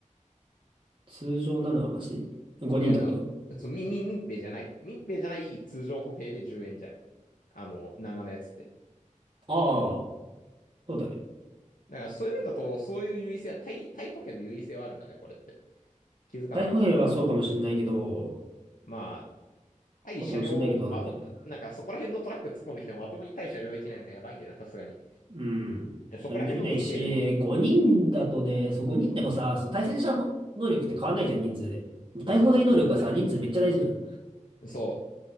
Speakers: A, on the right; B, on the left.
A: 通常なのはマシ。5人ってこと
B: いや、あの、そう、み、み、民兵じゃない。民兵じゃない通常歩兵で10円じゃん。あの、長のやつって。
A: ああ、そうだね。
B: だからそういう面だと、そういう優位性は、対、対歩兵の優位性はあるんだね、これって。気づかなかったわ。
A: 台風兵はそうかもしんないけど、
B: まあ、対車両、
A: そうかもしんないけどなんだよね。
B: まと、なんかそこら辺のトラック突っ込んできてもまともに対車両できないのはやばいんだよな、さすがに。
A: うん。
B: そこら辺の民兵でも、
A: それできないし、5人だとね、そう5人でもさ、
B: そうそ
A: そう対戦者能力って変わんないじゃん、人数で。対歩兵能力はさ、
B: う。そう、変わんない。
A: 人数めっちゃ大事なの。
B: そ